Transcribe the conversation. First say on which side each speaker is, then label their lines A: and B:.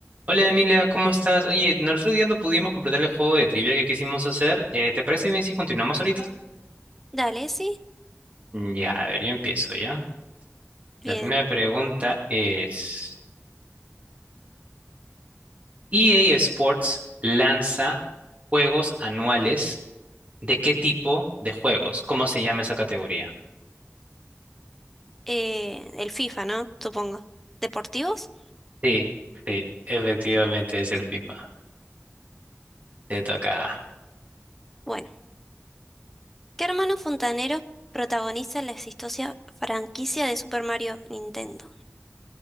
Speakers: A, on the right; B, in the centre.
A: Hola Emilia, ¿cómo estás? Oye, no, el otro día no pudimos completar el juego de trivia que quisimos hacer. Eh, ¿te parece bien si continuamos ahorita?
B: Dale, sí.
A: Ya, a ver, yo empiezo, ¿ya?
B: Bien.
A: La primera pregunta es, EA Sports lanza juegos anuales, ¿de qué tipo de juegos? ¿Cómo se llama esa categoría?
B: Eh, el FIFA, ¿no? Supongo. ¿Deportivos?
A: Sí, sí, efectivamente es el FIFA. Te toca.
B: Bueno. ¿Qué hermano fontanero protagoniza la exitosa franquicia de Super Mario Nintendo?